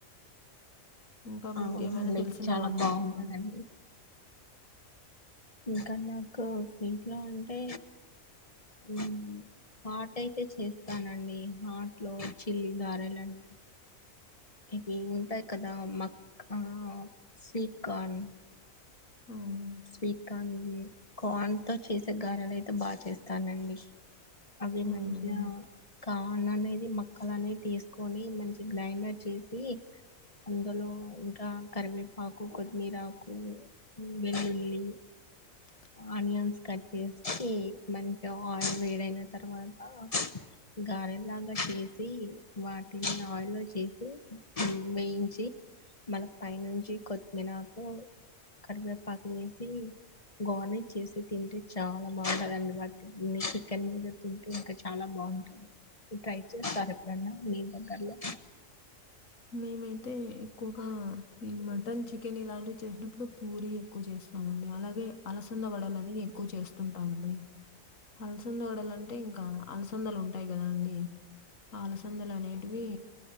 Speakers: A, on the left; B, on the left.
A: ఇంకా మీకేమైనా
B: అవునండి
A: తెలిసిన
B: చాలా
A: వంటలు
B: బాగుంటదండి
A: చెప్పండి
B: ఇంకా నాకు స్వీట్ లో అంటే ఉం హాట్ అయితే చేస్తానండి హార్ట్ లో చిల్లి గారెలని ఇవి ఉంటాయి కదా మక్క స్వీట్ కార్న్
A: ఆవును
B: స్వీట్ కాన్ వి కన్ తో చేసే గారాలు అయితే బాగా చేస్తానండి అవి
A: అవునండి
B: మంచిగా కాన్ అనేది మక్కల అనేది తీసుకొని మంచి గ్రైండర్ చేసి అందులో ఇంకా కరివేపాకు కొత్తిమీరాకు వెెల్లుల్లి
A: ఓ
B: ఆనియన్స్ కట్ చేసి మంచిగా ఆయిల్ వేడ్ అయిన తర్వాత గారెల్లాగా చేసి వాటిని ఆయిల్లో చేసి వేయించి మన పై నుంచి కొత్తిమినకు కరివేపాకు వేసి గోర్నెట్ చేసి తింటే చాలా బాగుంటందిండి వాటి చికెన్ మీద తింటే ఇంకా చాలా బాగుంటంది మీ ట్రై చేస్తారు ఎప్పుడన్నా మీ దగ్గర్లో
A: మేమైతే ఎక్కువగా ఈ మటన్ చికెన్ ఇలాంటివి చేసినప్పుడు పూరి ఎక్కువ చేస్తాం స్తామండి అలాగే అలసంద వడలు అనేవి ఎక్కువ చేస్తుంటామండి అలసందోడాలంటే ఇంకా అలసందలు ఉంటాయి కదా అండి ఆలసందలు అనేటివి